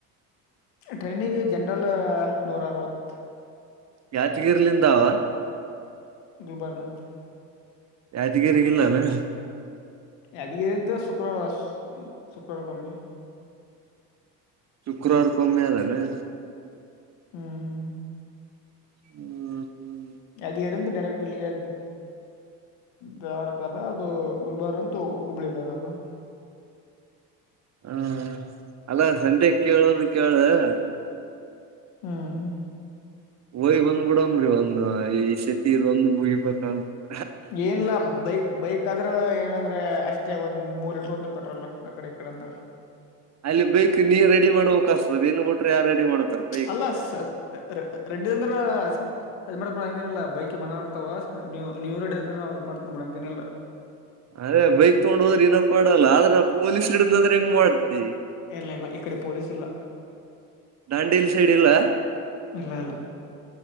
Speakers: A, on the left; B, on the right.
A: ಟ್ರೈನಿಗೆ ಜನರಲ್ ನೂರ ಅರವತ್ತು <unintelligible>
B: ಯಾತಿಗಿರ್ಲಿಂದ <unintelligible>
A: ಗುಲ್ಬರ್ನಂತ <unintelligible>
B: ಯಾದಗರಿಗಿಲ್ಲಾನ <unintelligible>
A: ಅದತ ಶುಕ್ರವಾರು ಶುಕ್ರವಾರ ಕಮ್ಮಿ <unintelligible>
B: ಶುಕ್ರವಾರ ಕಮ್ಮೆ ಅದಾನ <unintelligible>
A: ಹ್ಮ್ <unintelligible>
B: ಹ್ಮ್ ಹ್ಮ್ <unintelligible>
A: ಅದು ಎಂತ ಡೈರಕ್ಟ್ಲ್ಲಿ <unintelligible> ದೇವಾಡಕ್ದ ಅದು ಗುಲ್ಬರ್ ಅಂತೂ ಹುಬ್ಳಿ ಅದ ಅದು <unintelligible>
B: ಹಾ ಅಲ್ಲ ಸಂತೆ ಕೇಳೋದು ಕೇಳ <unintelligible>
A: ಹ್ಮ್ <unintelligible>
B: ಹೊಯ್ ಬಂದ್ ಬಿಡಂಬ್ರಿ ಒಂದ್ ಈ ಶತಿ ಇದ ಒಂದ್ ಮುಗಿಬೇಕ <unintelligible>
A: ಏನಿಲ್ಲ ಬೈಕ್ ಬೈಕ್ ಆದ್ರ ಏನಂದ್ರೆ ಅಷ್ಟೇ ಒಂದ್ ಮೂರ್ ಲೀಟ್ರ ಹೊತದ ಪೆಟ್ರೋಲ್ ಆ ಕಡೆ ಈ ಕಡೆ ಅಂದ್ರ
B: ಅಲ್ಲಿ ಬೈಕ್ ನೀ ರಡಿ ಮಾಡಬೇಕಾತದ ನೀನ್ ಬಿಟ್ರ ಯಾರ ರಡಿ ಮಾಡ್ತಾರ ಬೈಕ್
A: ಅಲ್ಲ ಸ ರೆಡಿ ಅಂದ್ರ ಅದ ಮಾಡ್ಬ ಬಿಡ ಹಂಗೆನಿಲ್ಲ ಬೈಕ್ ಮನ್ನಾರ ಇರತ್ತಾವ ನೀವ ರಡಿ ಅಂದ್ರ ನಾವ್ ಮಾಡ್ತನ್ ಬಿಡ ಹಂಗನಿಲ್ಲ
B: ಅದೇ ಬೈಕ್ ತಗೊಂಡ ಹೋದ್ರೆ ಇನಪ್ಪಾಡಲ್ಲ ಆದ್ರ ಪೊಲೀಸ್ ಹಿಡ್ದದನಂದ್ರ ಹೆಂಗ ಮಾಡ್ತಿ
A: ಇರ್ಲ ಇಲ್ಲ ಇಕಡಿ ಪೊಲೀಸ್ ಇಲ್ಲ
B: ದಾಂಡೇಲಿ ಸೈಡ್ ಇಲ್ಲ
A: ಇಲ್ಲ ಇಲ್ಲ